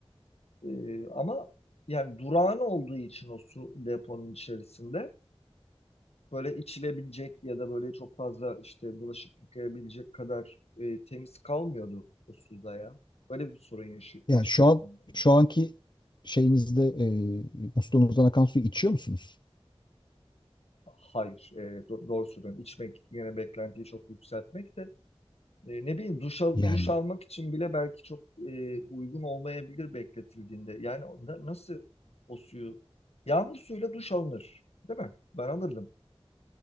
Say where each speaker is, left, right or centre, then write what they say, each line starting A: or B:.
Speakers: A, on the left (about 80°); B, on the left (about 45°).
A: E, ama yani durağan olduğu için o su deponun içerisinde böyle içilebilecek ya da böyle çok fazla işte bulaşık yıkayabilecek kadar e, temiz kalmıyordu o suda ya. Böyle bir sorun yaşı-
B: Yani
A: yaşıyorduk
B: şu an
A: onların.
B: şu anki şeyinizde e, musluğunuzdan akan suyu içiyor musunuz?
A: Hayır, e, do- doğru söylüyorum. İçmek yine beklentiyi çok yükseltmek de E, ne bileyim duş, al-
B: Yani
A: duş almak için bile belki çok e, uygun olmayabilir bekletildiğinde. Yani na- nasıl o suyu? Yağmur suyuyla duş alınır, değil mi? Ben alırdım.